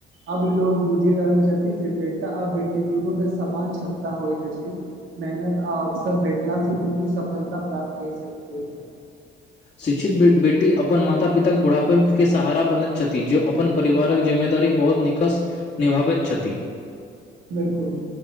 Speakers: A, on the right; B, on the left.
A: आब लोग बुझि रहल छथिन जे बेटा आ बेटी दुनू मे समान क्षमता होइत अछि मेहनत आ अवसर भेटला से दुनू सफलता प्राप्त कर सकते ह
B: शिक्षित बेटी अपन माता पिताक बुढ़ापे के सहारा बनैत छथि जे अपन परिवारक जिम्मेदारी बहुत निकस निभाबैत छथि
A: बिलकुल